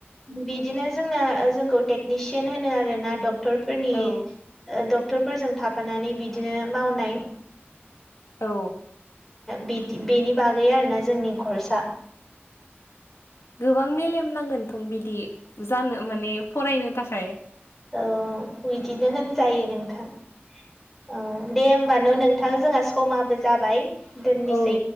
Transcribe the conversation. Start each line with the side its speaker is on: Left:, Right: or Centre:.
Centre: बि बिदिनो जोंना जोंखौ टेकनिसियान होनो आरो ना डक्टर फोरनिड
Left: औ
Centre: डक्टरफोरजों थाफानानै बिदिनो मावनाय
Left: औ
Centre: बि बेनि बागै आरोना जोंनि ख्रस आ
Left: गोबां मेलेम नांगोनथ' बिदि जानो माने फरायनो थाखाय
Centre: औ बिदिनो होनजायो नोंथां औ दे होमबान' नोंथां जोंहा समाबो जाबाय दोननोसै
Left: औ